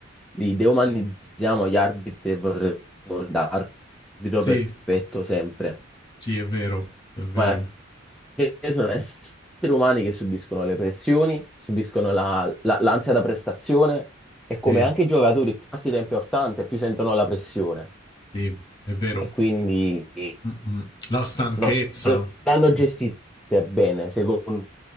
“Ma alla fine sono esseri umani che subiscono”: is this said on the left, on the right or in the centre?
Centre